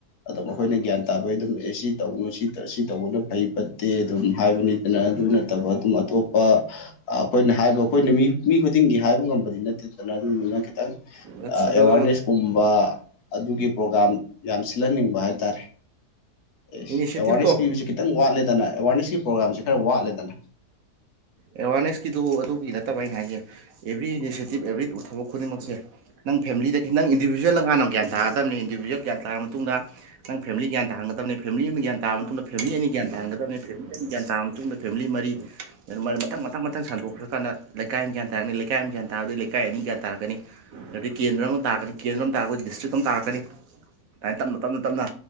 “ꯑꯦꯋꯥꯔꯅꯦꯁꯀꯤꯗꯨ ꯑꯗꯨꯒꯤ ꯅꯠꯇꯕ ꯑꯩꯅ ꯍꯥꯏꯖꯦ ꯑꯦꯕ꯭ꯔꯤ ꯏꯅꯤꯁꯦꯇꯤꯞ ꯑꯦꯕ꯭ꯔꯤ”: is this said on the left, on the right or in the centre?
Right